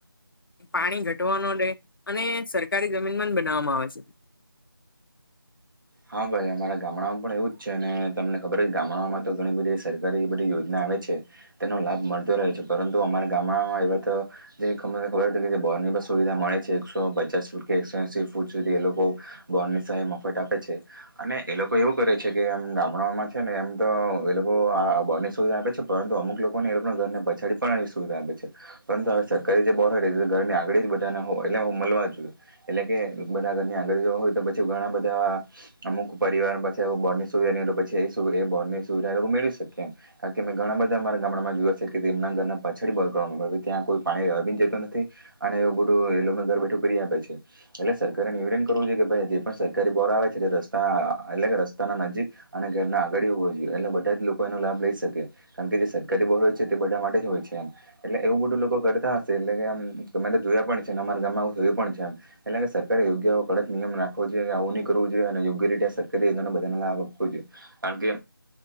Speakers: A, on the left; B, on the right.
A: પાણી ઘટવાનો રહેે અને સરકારી જમીનમાં જ બનાવવામાં આવે છે.
B: હા ભાઈ અમારા ગામડામાં પણ એવું જ છે અને તમને ખબર હો કે ગામડામાં તો ઘણી બધી સરકારી એ બધી યોજના આવે છે. તેનો લાભ મળતો રહે છે પરંતુ અમારા ગામડામાં એવા તો જેમને ખબર કે જે બોરની સુવિધા મળે છે એકસો પચાસ ફૂટ કે એકસો એસી ફૂટ સુધી એ લોકો બોરની સહાય મફત આપે છે. અને એ લોકો એવું કરે છે કે એમ ગામડાઓમાં છે ને એમ તો એ લોકો આ બોરની સુવિધા આપે છે પરંતુ અમુક લોકોને એ લોકો ઘરને પછાડી પણ આવી સુવિધા આપે છે. પરંતુ હવે સરકારી જે બોર તે ઘરની આગળ જ બધા ના હોય એટલે હો મળવા જોઈએ. એટલે કે બધા ઘરની આગાડી હોય તો પછી ઘણા બધા અમુક પરિવાર પછી બોરની સુવિધા એ એ બોરની સુવિધા એ લોકો મેળવી શકે એમ. કારણ કે મે ઘણા બધા અમારા ગામડામાં જોયા છે કે તેમના ઘરના પાછાડી બોર કરવા ત્યાં કોઈ પાણી લેવા પણ જતા નથી. અને એવું બધું એ લોકોને ઘર બેઠું કરી આપે છે. એટલે સરકારે નિવેદન કરવું જોઈએ કે ભાઈ જે પણ સરકારી બોર આવે છે રસ્ત રસ્તા એટલે કે રસ્તાના નજીક અને ઘરના આગળ હોવા જોઈએ એટલે બધા જ લોકો એનો લાભ લઈ શકે. કારણ કે જે સરકારી બોર હોય છે તે બધા માટે જ હોય છે એમ. એટલે એવું બધું લોકો કરતા હશે એટલે કે આમ અમે તો જોયા પણ છે ને અમારા ગામમાં એવું થયું પણ છે એમ. એટલે કે સરકારે યોગ્ય કડક નિયમ નાખવો જોઈએ કે આવું ની કરવુ જોઈએ અને યોગ્ય રીતે સરકારી યોજનાનો બધાને લાભ થવો જોઈએ કારણ કે